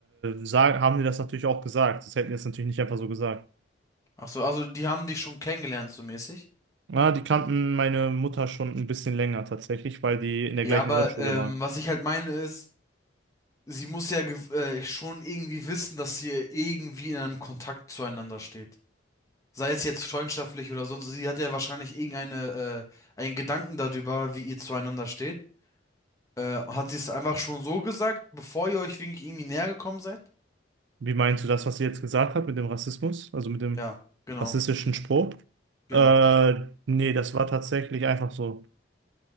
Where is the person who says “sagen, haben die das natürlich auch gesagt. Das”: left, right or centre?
Right